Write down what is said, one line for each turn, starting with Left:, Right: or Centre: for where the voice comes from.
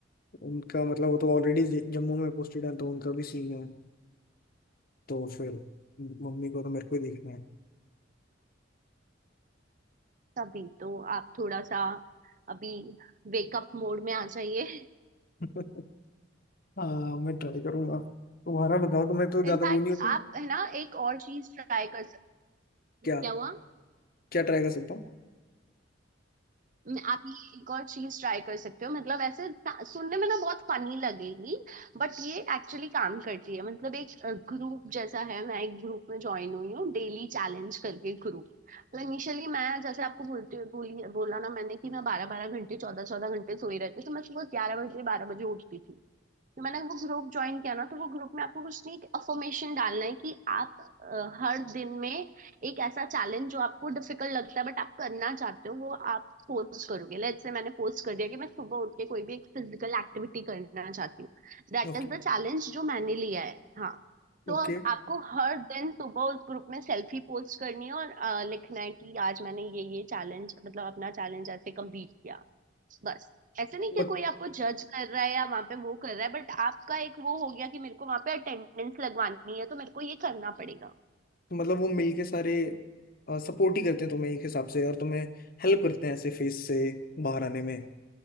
Left: उनका मतलब वो तो ऑलरेडी जम्मू में पोस्टेड है तो उनका भी सीन है तो फिर मम्मी को तो मेरे को ही देखना है
Right: तभी तो आप थोड़ा सा अभी वेकअप मोड में आ जाइए
Left: <laughs> हाँ मैं ट्राई करूंगा तुम्हारा बताओ तुम्हें तो ज्यादा
Right: इनफैक्ट
Left: वो नहीं हो तो
Right: आप है ना एक और चीज ट्राई कर सकते
Left: क्या
Right: हो क्या हुआ
Left: क्या ट्राई कर सकता हूँ
Right: न- आप ये एक और चीज ट्राई कर सकते हो मतलब ऐसे ता- सुनने में ना बहुत फनी लगेगी बट ये एक्चुअली काम करती है मतलब एक ग्रुप जैसा है मैं एक ग्रुप में ज्वाइन हुई हूँ डेली चैलेंज करके ग्रुप मतलब इनिशियली मैं जैसे आपको बोलती बोली बोला ना मैंने कि मैं बारह बारह घंटे चौदह चौदह घंटे सोई रहती तो मैं सुबह ग्यारह बजे बारह बजे उठती थी तो मैंने वो ग्रुप ज्वाइन किया ना तो वो ग्रुप में आपको कुछ नहीं एक अफर्मेशन डालना है कि आप अ, हर दिन में एक ऐसा चैलेंज जो आपको डिफिकल्ट लगता है बट आप करना चाहते हो वो आप पोस्ट करोगे लेट्स से मैंने पोस्ट कर दिया कि मैं सुबह उठ के कोई भी एक फिजिकल एक्टिविटी करना चाहती हूँ दैट
Left: Okay
Right: इज द चैलेंज जो मैंने लिया है हाँ तो
Left: okay
Right: अब आपको हर दिन सुबह उस ग्रुप में सेल्फी पोस्ट करनी है और अ, लिखना है कि आज मैंने ये ये चैलेंज मतलब अपना चैलेंज ऐसे कंप्लीट किया बस ऐसे नहीं
Left: मत,
Right: कि कोई आपको जज कर रहा है या वहां पे वो कर रहा है बट आपका एक वो हो गया कि मेरे को वहां पे अटेंडेंस लगवानी है तो मेरे को ये करना पड़ेगा
Left: मतलब वो मिलके सारे सपोर्ट ही करते हैं तुम्हें एक हिसाब से और तुम्हें हेल्प करते हैं ऐसे फेस से बाहर आने में